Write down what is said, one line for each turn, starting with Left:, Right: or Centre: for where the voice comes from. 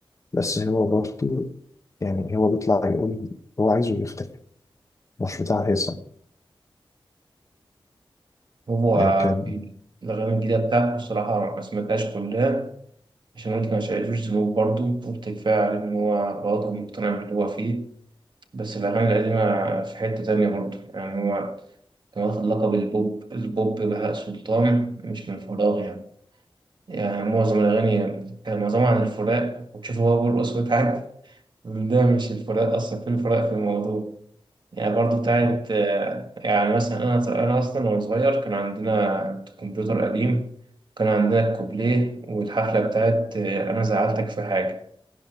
Left: بس هو برضه يعني هو بيطلع يقول هو عايزه يختفي مش بتاع هيثم
Right: هو
Left: آه، كان
Right: في الأغاني الجديدة بتاعته الصراحة ما سمعتهاش كلها عشان قلت ما شايفوش ذنوب برضه قلت كفاية عليه إن هو برضه مقتنع باللي هو فيه بس الأغاني القديمة في حتة تانية برضه يعني هو كان واخد لقب البوب البوب بهاء سلطان مش من فراغ يعني. يعني معظم الأغاني كان معظمها عن الفراق وتشوفه هو بيرقص ويتعب ده مش الفراق أصلا في الفراق في الموضوع يعني برضو بتاعت
Left: آه،
Right: آه، يعني مثلا أنا أنا أصلا وأنا صغير كان عندنا كمبيوتر قديم كان عندنا الكوبليه والحفلة بتاعت آه، أنا زعلتك في حاجة